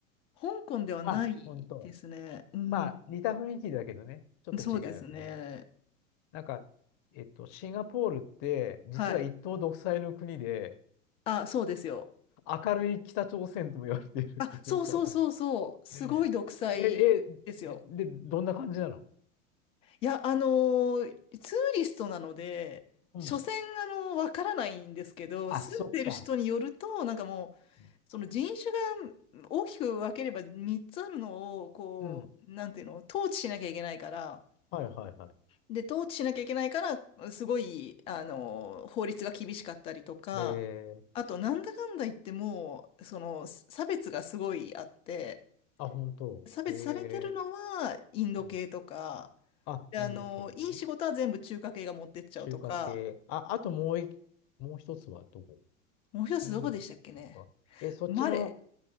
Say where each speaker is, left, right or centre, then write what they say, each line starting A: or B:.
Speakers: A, on the left; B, on the left.
A: 香港ではないですね。
B: あ、本当。
A: うん、
B: まあ、似た雰囲気だけどね、ちょっと違うよね。
A: そうですね。
B: なんか、えっと、シンガポールって、実は一党独裁の国で、
A: はい。あ、そうですよ。
B: 明るい北朝鮮とも言われているってよくわかる。
A: あ、そうそうそうそう。すごい独裁ですよ。
B: ねええ、え、えで、どんな感じなの
A: いや、あのーツーリストなので、
B: うん。
A: 所詮、あのーわからないんですけど、
B: あ、
A: 住んでる人によると、
B: そっか。
A: なんかもう、
B: うん。
A: その人種が大きく分ければ3つあるのを、こう、
B: うん
A: なんていうの、統治しなきゃいけないから、
B: はいはいはい。
A: で、統治しなきゃいけないから、すごい、あのー法律が厳しかったりとか、
B: えー、
A: あと、なんだかんだ言ってもう、その、差別がすごいあって、
B: あ、本当。
A: 差別されてるのは、
B: え
A: インド系とか、
B: ー、うん。あ、
A: で、
B: インド系ね。
A: あの、いい仕事は全部中華系が持ってっちゃうとか、
B: 中華系。あ、あともう一、もう一つはどこ
A: もう一つどこでしたっけね。
B: インドか。え、そっちの
A: マレー